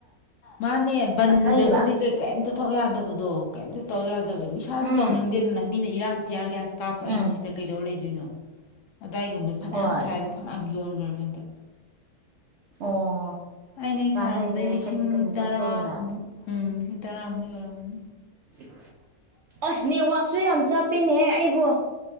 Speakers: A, on the left; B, on the right.
A: ꯃꯥꯅꯦ ꯕꯟꯗꯒꯗꯤ
B: ꯂꯩꯌꯦꯕ
A: ꯀꯩ ꯀꯔꯤꯝ ꯆꯠꯊꯣꯛ ꯌꯥꯗꯕꯗꯣ ꯀꯩꯝꯇ ꯇꯧ ꯌꯥꯗ ꯑ ꯏꯁꯥꯁꯨ
B: ꯎꯝ
A: ꯇꯧꯅꯤꯡꯗꯦ ꯑꯗꯨꯅ ꯃꯤꯅ ꯏꯔꯥꯡ ꯇꯤꯌꯥ ꯒ꯭ꯌꯥꯁ ꯀꯥꯞꯄ ꯑꯩꯅ
B: ꯎꯝ
A: ꯁꯤꯗ ꯀꯩꯗꯧ ꯂꯩꯗꯦ ꯑꯗꯨꯅ ꯑꯗꯥꯏꯒꯨꯝꯕꯗ ꯐꯅꯌꯥꯝ
B: ꯍꯣꯏ
A: ꯁꯥꯏꯗꯣ ꯐꯅꯌꯥꯝ ꯌꯣꯟꯈ꯭ꯔꯕꯅꯤ ꯍꯟꯗꯛ
B: ꯑꯣ
A: ꯑꯩꯅ ꯍꯦꯛ
B: ꯀꯥꯟꯅꯩꯅꯦ
A: ꯁꯥꯔꯛꯄꯗꯗꯩꯩ ꯂꯤꯁꯤꯡ
B: ꯈꯖꯤꯛ ꯈꯖꯤꯛ
A: ꯇꯔꯥꯃꯨꯛ
B: ꯇꯧ ꯇꯧꯗꯅ
A: ꯎꯝ ꯂꯤꯁꯤꯡ ꯇꯔꯥꯃꯨꯛ ꯌꯣꯜꯂꯝꯃꯅꯤ
B: <inaudible> ꯑꯁ ꯅꯦꯠꯋꯥꯛꯁꯦ ꯌꯥꯝ ꯆꯠꯄꯤꯅꯦꯍ ꯑꯩꯕꯨ